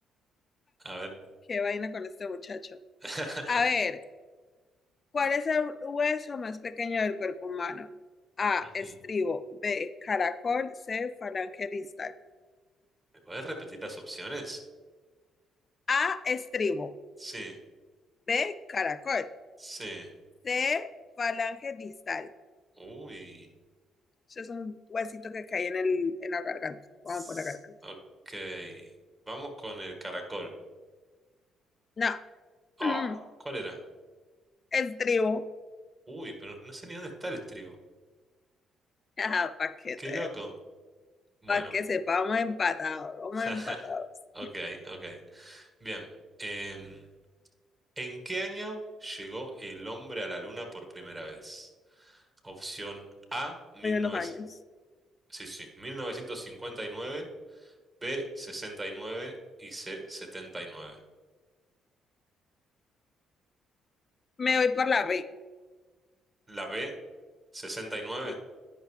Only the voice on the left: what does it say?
Qué vaina con este muchacho.
A ver, ¿Cuál es el hueso más pequeño del cuerpo humano? A,
estribo. B, caracol. C, falange distal.
A, estribo.
B, caracol.
C, falange distal.
Eso es un huesito que cae en, el, en la garganta.
Vamos por la garganta.
No.
<clears throat> Mm,
estribo.
<laughs> Ajá, para que,
te-
pa' que sepa, vamos empatados. Vamos
empatados.
Voy a los años.
Me voy por la B.
Sí.